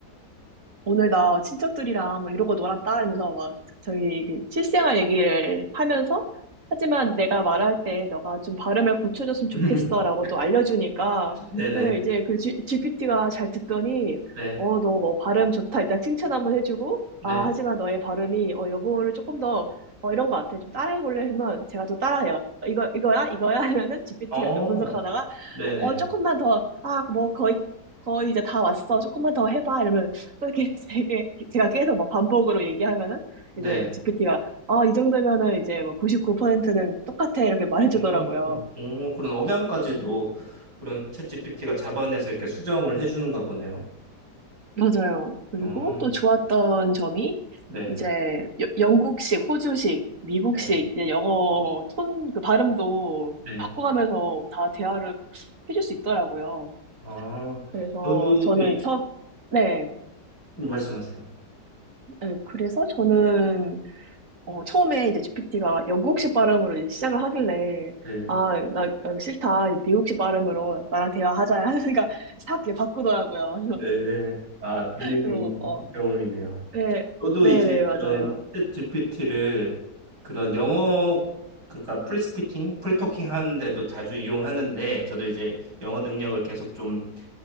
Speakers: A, on the right; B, on the right.
A: 오늘 나 친척들이랑 뭐 이러고 놀았다 이러면서 막 저희 그 실생활 얘기를 하면서 하지만 내가 말할 때 너가 좀 발음을 고쳐줬으면
B: <laughs>
A: 좋겠어라고 또 알려주니까
B: 네네.
A: 예, 이제 그 GPT가 잘 듣더니
B: 네,
A: 어 너 뭐 발음 좋다 일단 칭찬 한번 해주고
B: 네.
A: 아 하지만 너의 발음이 어 요거를 조금 더 어 이런 거 같아 좀 따라해볼래 하면 제가 또 따라해요 이거 이거야 이거야 <laughs> 하면은 GPT가
B: 그 어,
A: 또 분석하다가
B: 네네,
A: 어, 조금만 더, 아, 뭐, 거의, 거의 이제 다 왔어. 조금만 더 해봐. 이러면 또 이렇게 <laughs> 되게, 제가 계속 막 반복으로 얘기하면은
B: 네.
A: 이제 GPT가, 아, 이 정도면은 이제 뭐 99%는 똑같아. 이렇게 말해주더라고요.
B: 음, 음, 그런 억양까지도 그런 챗GPT가 잡아내서 이렇게 수정을 해주는가 보네요.
A: 맞아요. 그리고
B: 어,
A: 또 좋았던 점이
B: 네,
A: 이제 여- 영국식, 호주식, 미국식
B: 네,
A: 이제 영어 톤 그 발음도
B: 네.
A: 바꿔가면서 다 대화를 해줄 수 있더라고요.
B: 어,
A: 그래서
B: 저도,
A: 저는
B: 이-
A: 처, 네.
B: 음, 말씀하세요.
A: 네, 그래서 저는 어, 처음에 이제 GPT가 영국식 발음으로 이제 시작을 하길래,
B: 네,
A: 아, 나 어, 싫다. 미국식 발음으로 나랑 대화하자. <laughs> 하니까 싹 이렇게 바꾸더라고요. 그래서,
B: 네. 아, 재밌는
A: 그래서, 어,
B: 경험이네요.
A: 네,
B: 저도
A: 네네,
B: 이제
A: 맞아요.
B: 그런 챗GPT를 그런 영어, 그러니까 프리스피킹, 프리토킹 하는데도 자주 이용하는데, 저도 이제 영어 능력을 계속 좀